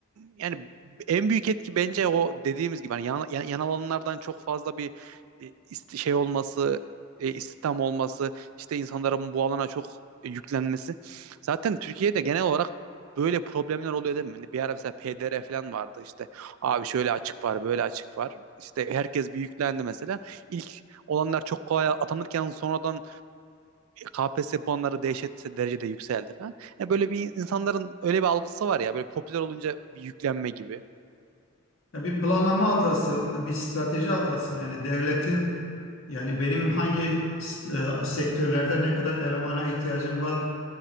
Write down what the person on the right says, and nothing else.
yani en büyük etki bence o dediğimiz gibi hani yan, yan- yanal alanlardan çok fazla bir e, ist- şey olması, e, istihdam olması, işte insanların bu alana çok e, yüklenmesi. Zaten Türkiye'de genel olarak böyle problemler oluyor değil mi? Hani Bir ara mesela PDR falan vardı işte. Abi şöyle açık var, böyle açık var. İşte herkes bir yüklendi mesela. İlk olanlar çok kolay atanırken sonradan KPSS puanları dehşet derecede yükseldi falan. Yani böyle bir insanların öyle bir algısı var ya böyle popüler olunca bir yüklenme gibi.